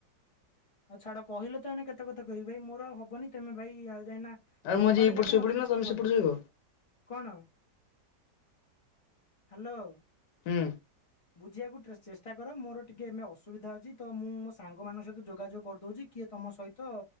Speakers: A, on the left; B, on the left.
A: ଆଉ ଛାଡ଼ କହିଲେ ତ ଏଇନେ କେତେ କଥା କହିବି ଭାଇ ମୋର ହବନି ତମେ ଭାଇ ଆଉ ଯାଇନା
B: ଆଉ
A: ସୋମବାର
B: ମୁଁ ଆଜି ଏଇପଟ
A: ଯାକେ
B: ସେପଟ
A: ମତେ କିଛି
B: ନା ତମେ
A: କୁହନି,
B: ସେପଟ ଶୋଇବ
A: କଣ? ହ୍ୟାଲୋ।
B: ହୁଁ।
A: ବୁଝିବାକୁ ଚେଷ୍ଟା କର ମୋର ଟିକେ ଏବେ ଅସୁବିଧା ଅଛି ତ ମୁଁ ମୋ ସାଙ୍ଗ ମାନଙ୍କ ସହିତ ଯୋଗାଯୋଗ କରିଦଉଛି କିଏ ତମ ସହିତ